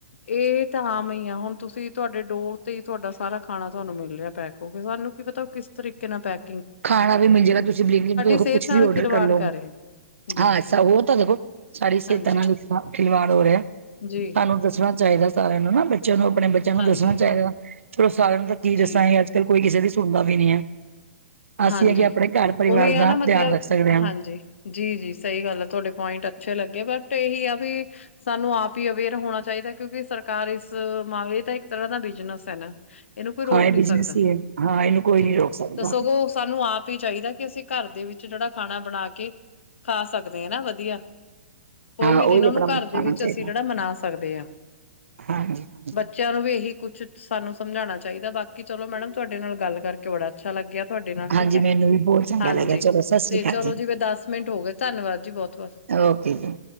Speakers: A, on the left; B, on the right.
A: ਇਹ ਤਾਂ ਆਮ ਹੀ ਆ, ਹੁਣ। ਤੁਸੀਂ, ਤੁਹਾਡੇ ਡੋਰ ਤੇ ਹੀ ਤੁਹਾਡਾ ਸਾਰਾ ਖਾਣਾ ਤੁਹਾਨੂੰ ਮਿਲ ਰਿਹਾ ਪੈਕ ਹੋਕੇ, ਸਾਨੂੰ ਕੀ ਪਤਾ ਕਿਸ ਤਰੀਕੇ ਨਾਲ ਪੈਕ
B: ਖਾਣਾ ਵੀ ਮਿਲਜੇਗਾ, ਤੁਸੀਂ ਬਿ੍ਲਿੰਕੀਟ ਤੋਂ,
A: ਸਿਹਤ
B: ਕੁਛ
A: ਨਾਲ
B: ਵੀ ਔਰਡਰ
A: ਖਿਲਵਾੜ
B: ਕਰਲੋ।
A: ਕਰ ਰਹੇ ਜੀ
B: ਹਾਂ, ਐਸਾ ਉਹ ਤਾਂ ਦੇਖੋ, ਸਾਡੀ ਸਿਹਤਾਂ
A: ਹਾਂਜੀ
B: ਨਾਲ ਖਿਲਵਾੜ ਹੋ ਰਿਹਾ।
A: ਜੀ
B: ਸਾੰਨੂਂ ਦੱਸਣਾ ਚਾਹੀਦਾ ਸਾਰਿਆਂ ਨੂੰ ਨਾ ਬੱਚਿਆਂ ਨੂੰ ਆਪਣੇ ਬੱਚਿਆਂ ਨੂੰ
A: ਹਾਂਜੀ
B: ਦੱਸਣਾ ਚਾਹੀਦਾ ਚਲੋ ਸਾਰਿਆਂ ਨੂੰ ਤਾਂ ਕੀ
A: ਜੀ
B: ਦੱਸਾਂਗੇ ਅੱਜ ਕੋਈ ਕਿਸੇ ਦੀ ਸੁਣਦਾ ਵੀ ਨੀ ਹੈ ਅਸੀਂ
A: ਹਾਂਜੀ
B: ਹੈਗੇ ਆਪਣੇ ਘਰ ਪਰਿਵਾਰ
A: ਉਹੀ ਆ
B: ਦਾ
A: ਨਾ ਮਤਲਬ
B: ਧਿਆਨ ਰੱਖ ਸਕਦੇ ਹਾਂ।
A: ਹਾਂਜੀ ਜੀ ਜੀ ਸਹੀ ਗੱਲ ਆ ਤੁਹਾਡੇ ਪੁਆਇੰਟ ਅੱਛੇ ਲੱਗੇ ਬਟ ਇਹੀ ਆ ਵੀ ਸਾਨੂੰ ਆਪ ਹੀ ਅਵੇਅਰ ਹੋਣਾ ਚਾਹੀਦਾ ਕਿਉਂਕਿ ਸਰਕਾਰ ਇਸ ਮਾਮਲੇ ਦਾ ਇੱਕ ਤਰ੍ਹਾਂ ਦਾ ਬਿਜਨਸ ਹੈ ਨਾ ਇਹਨੂੰ ਕੋਈ ਰੋਕ
B: ਹਾਂ ਇਹ
A: ਨਹੀਂੀ
B: ਬਿਜਨਸ
A: ਸਕਦਾ
B: ਹੀ ਹੈ ਹਾਂ ਇਹਨੂੰ ਕੋਈ
A: ਜੀ
B: ਨਹੀਂ ਰੋਕ ਸਕਦਾ।
A: ਤਾਂ ਸਗੋਂ ਸਾਨੂੰ ਆਪ ਹੀ ਚਾਹੀਦਾ ਕਿ ਅਸੀਂ ਘਰ ਦੇ ਵਿੱਚ ਜਿਹੜਾ ਖਾਣਾ ਬਣਾ ਕੇ ਖਾ ਸਕਦੇ ਆ ਨਾ ਵਧੀਆ ਕੋਈ
B: ਹਾਂ
A: ਵੀ
B: ਉਹੀ
A: ਦਿਨ ਉਹਨੂੰ
B: ਆਪਣਾ
A: ਘਰ ਦੇ
B: ਖਾਣਾ
A: ਵਿੱਚ
B: ਚਾਹੀਦਾ
A: ਅਸੀਂ ਜਿਹੜਾ ਮਨਾ ਸਕਦੇ ਹਾਂ
B: ਹਾਂਜੀ। ਹਾਂਜੀ
A: ਬੱਚੇ ਚਲੋ ਵੀ ਇਹੀ ਕੁੱਛ ਸਾਨੂੰ ਸਮਝਾਉਣਾ ਚਾਹੀਦਾ। ਬਾਕੀ ਚਲੋ, ਮੈਡਮ ਤੁਹਾਡੇ ਨਾਲ ਗੱਲ ਕਰਕੇ ਬੜਾ ਅੱਛਾ ਲੱਗਿਆ ਤੁਹਾਡੇ ਨਾਲ
B: ਹਾਂਜੀ,
A: ਠੀਕ ਹੈ।
B: ਮੈਨੂੰ ਵੀ ਬਹੁਤ ਚੰਗਾ
A: ਹਾਂਜੀ
B: ਲੱਗਿਆ ਚਲੋ ਸਤਿ
A: ਤੇ
B: ਸ੍ਰੀ ਅਕਾਲ
A: ਚਲੋ ਜੀ, ਦਸ ਮਿੰਟ ਹੋ ਗਏ, ਧੰਨਵਾਦ ਜੀ ਬਹੁਤ ਬਹੁਤ।
B: ਔਕੇ ਜੀ।